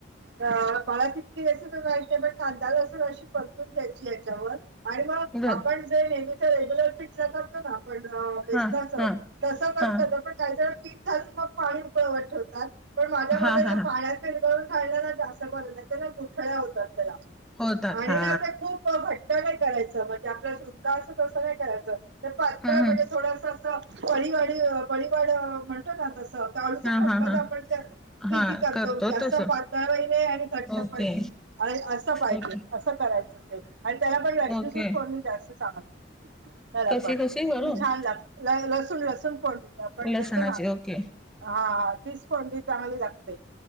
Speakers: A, on the right; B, in the centre.
A: मला तितकी रेसिपण माहि बण कांदा लसून अशी प घ्याय याच्यावर आणि मग
B: बर
A: आपण जे नेहमीचा रेग्युलर पिटलं करतो ना ण बेसना
B: हा हा
A: तस करून
B: हा
A: पण काही जण पीठ घालून मग पाणी उकळवत ठेवतात पण माझ्या
B: हा
A: मते
B: हा हा
A: पाण्यात विरघळून ा जास्त बर नाही ना कुठळ्या होतात त्याला
B: होतात
A: आणि
B: हा
A: ना खूप घट नाही करायचं म्हणजे आपल्याला सुृंदा असं तसं नाही करायचं तर तातकाळ
B: हम् हम्
A: म्हणजे थोडास परळीवाडी बळीवाड म्हण तस
B: हा
A: पक््पाच
B: हा हा
A: आपण किती
B: हा
A: करतो जास्त
B: तस
A: पातळही नाही आणि घट्ट
B: ओके
A: पण नाही असं पाहिजे
B: ओके
A: असं करायचं ते. आणि त्याला पण लश्मीचीच
B: ओके
A: कोडणी जास्त चांगली. करा
B: कशी
A: पण
B: कशी वरून
A: त छान ला लसून लसून फोडली. आपण
B: लसणाची
A: देतो ना
B: ओके
A: हा तीच फणी चांगली लागते.